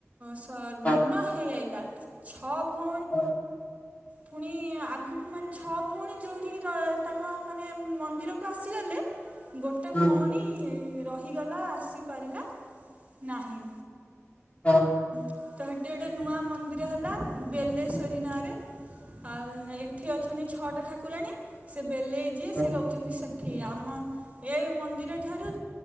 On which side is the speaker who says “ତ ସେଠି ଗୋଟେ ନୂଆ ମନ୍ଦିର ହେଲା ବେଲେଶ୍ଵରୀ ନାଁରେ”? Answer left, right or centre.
Right